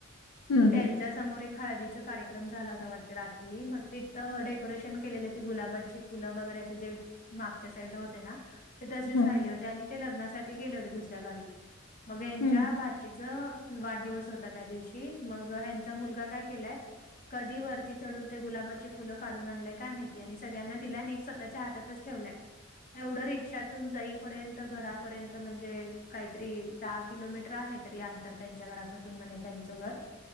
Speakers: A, on the left (about 85°); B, on the left (about 40°).
A: हम्म
B: <unintelligible>
A: हम्म
B: त्या समोर एक हळदीचा कार्यक्रम झाला होता वाटते रात्री मग तिथं डेकोरेशन केलेले होती गुलाबाची फुलं वगैरे असे जे मागच्या साईड ला होते ना ते तसेच
A: हम्म
B: राहिले होते आणि ते लग्नासाठी गेले होते दुसऱ्या गावी मग <unintelligible>
A: हम्म
B: च्या भाचीच वाढदिवस होता त्या दिवशी मग ह्यांचा मुलगा काय केलय कधी वरती चढून ते गुलाबाची फुलं काढून आणलेय काय माहिती आणि सगळ्यांना दिला आणि एक स्वतःच्या हातच ठेवलाय एवढं रिक्षातून जाईपर्यंत घरापर्यंत म्हणजे काहीतरी डाक किलोमीटर आहे तरी अंतर त्यांच्या घराून म्हने त्यांचं घर